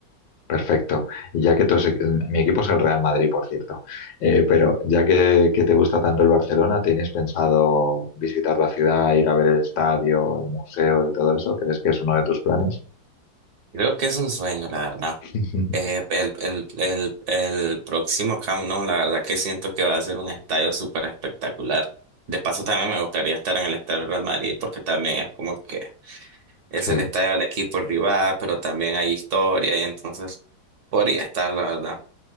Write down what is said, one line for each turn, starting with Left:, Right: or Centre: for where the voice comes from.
Left: Perfecto. Y ya que tu se- mi equipo es el Real Madrid, por cierto, Eh, pero ya que, que te gusta tanto el Barcelona, ¿tienes pensado visitar la ciudad, ir a ver el estadio, el museo y todo eso? ¿Crees que es uno de tus planes?
Right: Creo que es un sueño, la verdad.
Left: <laughs>
Right: Eh, el, el, el, el próximo Camp Nou, la verdad que siento que va a ser un estadio súper espectacular. De paso, también me gustaría estar en el estadio del Real Madrid porque también es como que es
Left: Sí.
Right: el estadio del equipo rival, pero también hay historia y entonces podría estar, la verdad.